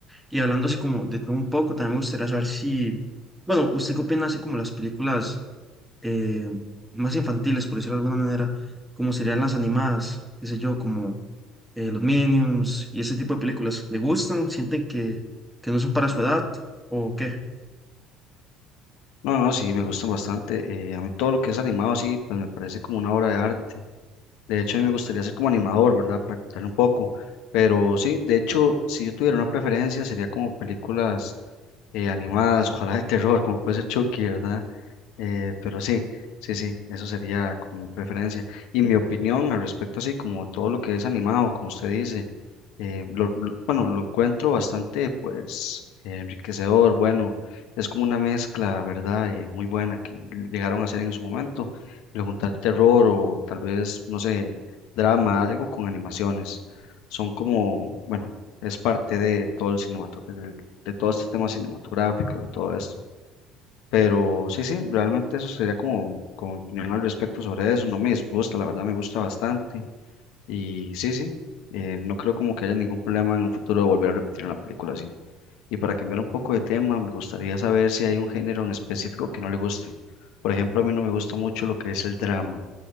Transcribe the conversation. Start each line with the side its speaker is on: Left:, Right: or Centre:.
Centre: Y hablando así como de todo un poco, también me gustaría saber si, bueno, ¿usted qué opina así como las películas eh, más infantiles, por decirlo de alguna manera, como serían las animadas, qué sé yo, como eh, los Minions y ese tipo de películas? ¿Le gustan? ¿Sienten que, que no son para su edad o qué?
Left: No, no, sí, me gustan bastante. eh, a mí todo lo que es animado, sí, pues me parece como una obra de arte De hecho, a mí me gustaría ser como animador, ¿verdad? Para contarle un poco. Pero sí, de hecho, si yo tuviera una preferencia, sería como películas eh, animadas, ojalá de terror, como puede ser Chucky, ¿verdad? Eh, pero sí, sí, sí, eso sería como mi preferencia. Y mi opinión al respecto, así como todo lo que es animado, como usted dice, eh, lo- lo- bueno, lo encuentro bastante, pues, eh, enriquecedor, bueno, es como una mezcla, ¿verdad? Eh, muy buena que llegaron a hacer en su momento, le juntar terror o tal vez, no sé, drama, algo con animaciones. Son como, bueno, es parte de todo el cinematográfico, de todo este tema cinematográfico y todo esto. Pero sí, sí, realmente eso sería como, como mi opinión al respecto sobre eso. No me disgusta, la verdad me gusta bastante. Y sí, sí, eh, no creo como que haya ningún problema en un futuro de volver a repetir una película así. Y para cambiar un poco de tema, me gustaría saber si hay un género en específico que no le guste. Por ejemplo, a mí no me gusta mucho lo que es el drama.